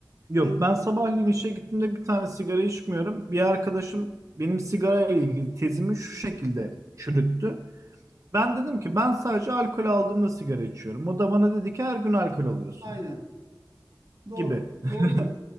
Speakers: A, on the right; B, on the right.
A: Yok
B: Ya da
A: ben sabahleyin işe gittiğimde bir tane sigara içmiyorum. Bir arkadaşım benim sigara ile ilgili tezimi şu şekilde çürüttü. Ben dedim ki ben sadece alkol aldığımda sigara içiyorum. O da bana dedi ki her gün alkol alıyorsun
B: aynen. Doğru.
A: gibi. <laughs>
B: Doğru